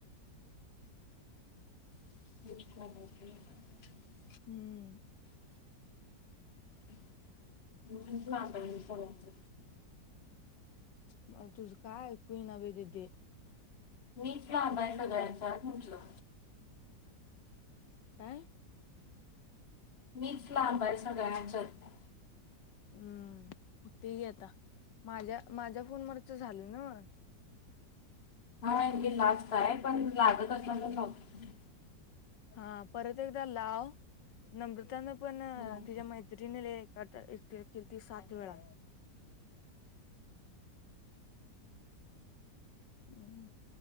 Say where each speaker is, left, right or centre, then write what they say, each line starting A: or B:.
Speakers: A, on the left (about 35°); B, on the left (about 80°).
A: <unintelligible>
B: हम्म
A: म्हणून <unintelligible>
B: मला तुझं काय ऐकू येईना बाई दिदे.
A: मीच लांब आहे सगळ्यांच्यात म्हटलं.
B: काय?
A: मीच लांब आहे सगळ्यांच्यात.
B: हम्म होतंय की आता माझ्या माझ्या फोनवरचं झालं ना.
A: हाे लास्ट आहे पण लागत असला तर लावते.
B: हा परत एकदा लाव नम्रतानं पण
A: हम्म.
B: तिच्या मैत्रीणीला एक कट केलती सात वेळा हम्.